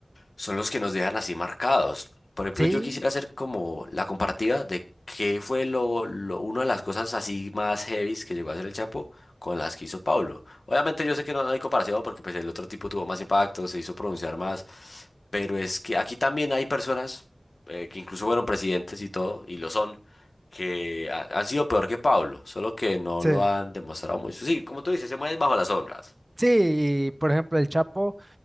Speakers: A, on the left; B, on the right.
A: son los que nos dejan así marcados. Por ejemplo,
B: Sí,
A: yo quisiera hacer como la comparativa de qué fue lo, lo- una de las cosas así más heavies que llegó a hacer el Chapo con las que hizo Pablo. Obviamente yo sé que no, no hay comparación porque pues el otro tipo tuvo más impacto, se hizo pronunciar más, pero es que aquí también hay personas eh, que incluso fueron presidentes y todo, y lo son, que ha- han sido peor que Pablo, solo que no
B: sí.
A: lo han demostrado mucho. Sí, como tú dices, se mueven bajo las sombras.
B: Sí, y por ejemplo, el Chapo.